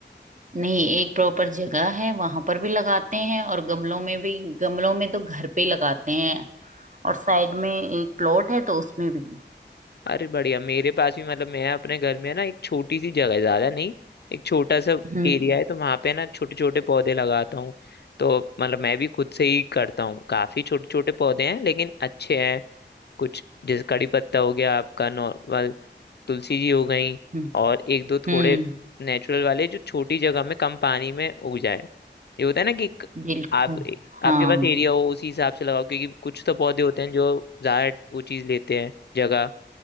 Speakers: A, on the right; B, on the left.
A: नहीं एक प्रॉपर जगह है वहां पर भी लगाते हैं और गमलों में भी गमलों में तो घर पे लगाते हैं और साइड में एक प्लॉट है तो उसमें भी
B: अरे बढ़िया मेरे पास भी मतलब मैं अपने घर में ना एक छोटी सी जगह है ज्यादा नहीं एक छोटा सा
A: हम्म
B: एरिया है तो वहां पे ना छोटे छोटे पौधे लगाता हूँ तो मतलब मैं भी खुद से ही करता हूँ काफी छोटे छोटे पौधे हैं लेकिन अच्छे हैं कुछ जैसे कड़ी पत्ता हो गया आपका नॉर्मल तुलसी जी हो गई
A: हम्म
B: और एक दो
A: हम्म,
B: थोड़े नेचुरल वाले जो छोटी जगह में कम पानी में उग जाए ये होता है ना कि क-
A: बिल्कुल
B: आप
A: हाँ
B: आपके पास एरिया हो उसी हिसाब से लगाओ क्योंकि कुछ तो पौधे होते हैं जो ज्यादा वो चीज लेते हैं जगह